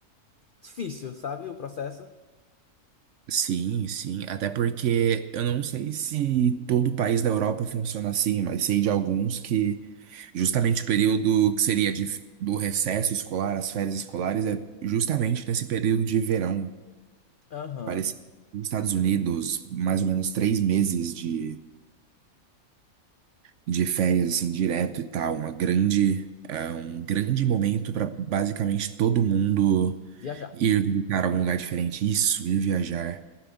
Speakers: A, on the left; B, on the right.
A: difícil, sabe? O processo.
B: Sim, sim. Até porque eu não sei se todo o país da Europa funciona assim, mas sei de alguns que justamente o período que seria de, do recesso escolar, as férias escolares, é justamente nesse período de verão.
A: Aham.
B: Parecido nos Estados Unidos, mais ou menos três meses de, de férias, assim, direto e tal. Uma grande, é um grande momento para basicamente todo mundo
A: Viajar.
B: ir visitar algum lugar diferente. Isso, ir viajar.